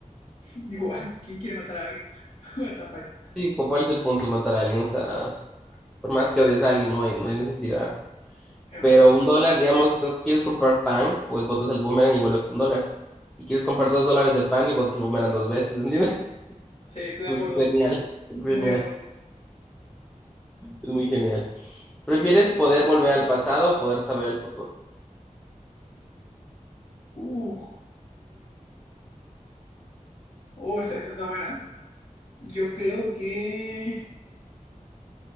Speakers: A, on the left; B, in the centre.
A: <laughs> Igual, ¿quién quiere matar a alguien? <laughs> What the fuck.
B: Sí, ¿cuál es el punto? Matar a alguien, o sea, por más que odies a alguien, no hay, no hay necesidad.
A: Es verdad.
B: Pero un dólar, digamos, estás- quieres comprar pan, pues botas el boomerang y vuelve con un dólar. Y quieres comprar dos dólares de pan y botas el boomerang dos veces, ¿entiendes?
A: Sí,
B: <laughs>
A: estoy
B: Entonces,
A: de acuerdo.
B: es genial, es genial,
A: Muy de acuerdo.
B: es muy genial. ¿Prefieres poder volver al pasado o poder saber el futuro?
A: Uh, Oh, esa, esa está buena. Yo creo que.